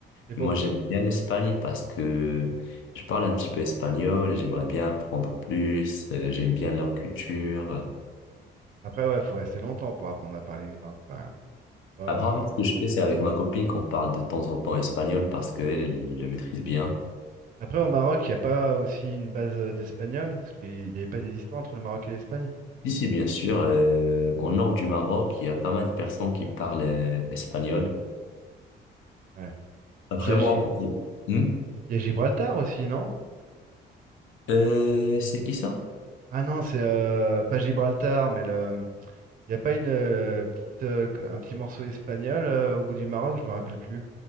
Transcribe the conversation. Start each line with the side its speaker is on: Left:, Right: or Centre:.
Right: C'est beau.
Left: Moi, j'aime bien l'Espagne parce que je parle un petit peu espagnol et j'aimerais bien apprendre plus, euh, j'aime bien leur culture.
Right: Après, ouais, faut rester longtemps pour apprendre à parler une langue quand même. C'est pas,
Left: Après, en fait,
Right: euh,
Left: ce que je fais, c'est avec ma copine qu'on parle de temps en temps espagnol parce qu'elle, elle le maîtrise bien.
Right: Après, au Maroc, il n'y a pas aussi une base euh, d'espagnol? Parce qu'il n'y avait pas des histoires entre le Maroc et l'Espagne?
Left: Ici, bien sûr, euh, au nord du Maroc, il y a pas mal de personnes qui parlent euh, espagnol.
Right: Ouais.
Left: Après,
Right: Et puis, il y, a
Left: moi,
Right: Gi-
Left: en fait, hmm
Right: il y a Gibraltar aussi, non?
Left: Euh, c'est qui ça?
Right: Ah non, c'est euh, pas Gibraltar, mais le... il n'y a pas une, euh, petite, euh, un petit morceau espagnol euh, au bout du Maroc, je me rappelle plus.